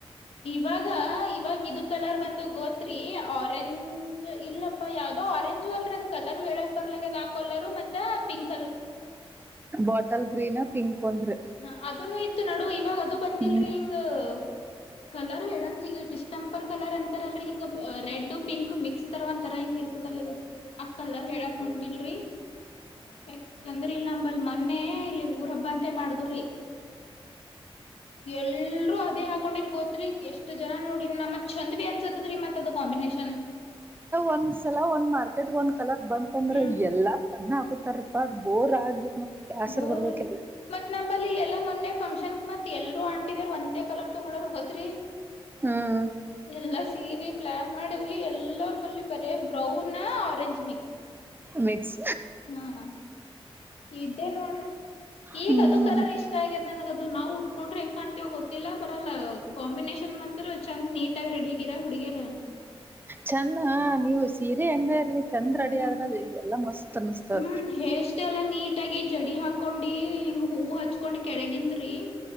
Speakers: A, on the left; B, on the right.
A: ಇವಾಗ ಇವಾಗ ಇದು ಕಲರ್ ಬಂದು ಗೋತ್ರರಿ ಆರೆಂಜ್ ಇಲ್ಲಪ್ಪ ಯಾವುದೋ ಆರೆಂಜ್ ಅಲ್ರ ಅದ ಕಲರ್ ಹೇಳಕ್ ಬರ್ಲಕ್ಕ ಅದ ಆ ಕಲರ್ ಮತ್ತೆ pink
B: bottle green pink ಒಂದ್ರಿ
A: ಹ ಅದನ್ನು ಇತ್ತು ನಡು ಇವಾಗ ಅದು ಬಂದಿಲ್ರರಿ
B: ಹ್ಮ
A: ಹಿಂಗ್ ಹ ಕಲರ್ ಹೇಳಕ್ ಹ ಈಗ ಇಷ್ಟ ಸಂಪರ್ಕ ಕಲರ್ ಎಂತಾರಲ್ರಿ ಹಿಂಗ ರೆಡ್ ಪಿಂಕ್ ಮಿಕ್ಸ್ ತರ ಒ ತರ ಹೆಂಗ ಇರ್ತದಲ್ಲ ಅಕ್ಕಲ್ ಹೇಳಕ್ ಕುಂಟಿಲ್ರಿ ಯಾಕಂದ್ರ ಇಲ್ಲ ನಂಬಲ್ ಮೊನ್ನೆ ಊರ ಹಬ್ಬ ಅಂತೆ ಮಾಡುದು ಎಲ್ಲರೂ ಅದೇ ಹಾಕೊಂಡಿರ್ ಗೋತ್ರಿ ಎಷ್ಟು ಷ್ಟ ಜನ ನೋಡಿ ನಮ್ಮತ್ ಚಂದ ಬಿ ಅ ತ್ ರೀ ಮತ್ತ ಅದು ಕಾಂಬಿನೇಷನ್
B: ಒಂದ್ಸಲ ಒಂದ್ ಮಾರ್ಕೆಟ್ಗ ಒಂದ್ ಕಲರ್ ಬಂತಂದ್ರೆ
A: ಹ್ಮ್
B: ಎಲ್ಲಾ ಅದ್ನ ಹಾಕುತಾರ ಅ್ ಬೋರ್ ಆಗ್ಬೇಕಕ್ ನೋಡ ಆಸರು
A: ಬೋರ್
B: ಬರ್ಬೇಕ
A: ಮತ್ ನಂಬಲ್ಲಿ ಎಲ್ಲಾ ಮೊನ್ನೆ ಫಂಕ್ಷನ್ಕ್ ಮತ್ ಎಲ್ರು ಆಂಟಿದ ಒಂದೇ ಕಲರ್ ತೊಗೊಂಡರ್ ಗತ್್ರರಿ
B: ಹ್ಮ್
A: ಎಲ್ಲಾ ಸೀರಿ ಪ್ಲಾನ್ ಮಾಡ ಎಲ್ಲಾ ಕಲ್ಲೋರ್ ಬಲ್ಲಿ ಬರ ಬ್ರೌನ್ ಆರೆಂಜ್ ನಿ
B: ಮಿಕ್ಸ್
A: ಹಾ ಇದೇನ್ ನೋಡ್ರಿ ಈಗ
B: ಹ್ಮ್
A: ಅದು ಕಲರ್ ಇಷ್ಟ ಆಗ್ಯದ್ ನನ್ಗದು ನಾವವು ಉಟ್ಕೊಂಡ್ರೆ ಹೆಂಗ್ ಕಾಣ್ತೀವ ಗೊತ್ತಿಲ್ಲ ಬರಲ್ಲ ಕಾಂಬಿನೇಷನ್ ಮಾತ್ರ ಚಂದ್ ನೀಟಗ ರೆಡಿ ಇರ ಹುಡುಿಯರ
B: ಚಂದ ಹ ನೀವು ಸೀರೆ ಹೆಂಗಲ್ಲಿ ಚಂದ್ ರೆಡಿ
A: ಹ್ಮ್
B: ಆದ್ರ ಎಲ್ಲ ಮಸ್ತ್ ಅನಸ್ತಾವ್ರಿ
A: ಹ್ಮ್ ಎಷ್ಟ ಎಲ್ಲಾ ನೀಟಾಗಿ ಜಡಿ ಹಾಕೊಂಡಿ ಹಿಂಗ್ ಹೂವು ಹಚ್ಕೊಂಡ್ ಕೆಳಗಿಂದ್ರಿ